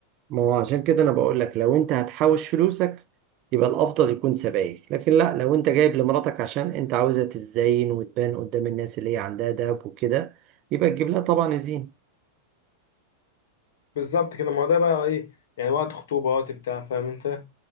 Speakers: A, on the right; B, on the left.
A: ما هو عشان كده انا بقول لك لو انت هتحوش فلوسك يبقى الافضل يكون سبائك لكن لا لو انت جايب لمراتك عشان انت عاوزها تتزين وتبان قدام الناس اللي هي عندها دهب وكده يبقى تجيب لها طبعا زين
B: بالظبط كده ما هو ده بقى ايه يعني وقت خطوبه وقت بتاع فاهم انت